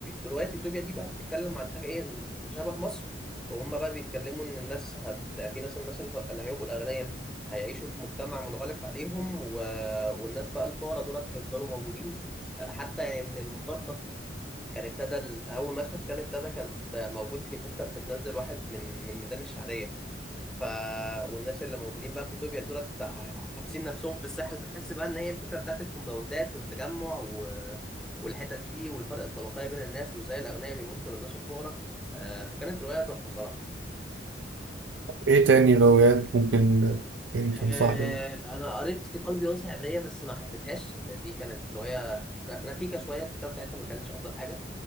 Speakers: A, in the centre; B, on the right (about 85°).
A: رواية يوتوبيا دي بقى بتتكلم عن حاجة إيه شبه مصر وهم بقى بيتكلموا إن الناس هت... في ناس الناس اللي اللي هيبقوا الأغنياء هيعيشوا في مجتمع منغلق عليهم و... والناس بقى الفقراء دولت هيفضلوا موجودين آه، حتى يعني من المفارقة كان ابتدى ال- اول مشهد كان ابتدى كانت موجود هليكوبتر بتنزل واحد من من ميدان الشعريه ف والناس اللي موجودين بقى في اثيوبيا دول بتاع- حابسين نفسهم في الساحل فتحس بقى ان هي الفكره بتاعت الكومباوندات والتجمع و... والحتت دي والفرق الطبقيه بين الناس وازاي الاغنياء بيبصوا للناس الفقراء آه، فكانت روايه تحفه صراحه
B: ايه تاني روايات ممكن انت تنصحني
A: آه،
B: بيها
A: انا قريت في قلبي انثى عبريه بس ما حبيتهاش دي كانت روايه ر- ركيكه شويه الكتاب بتاعتها ما كانتش افضل حاجه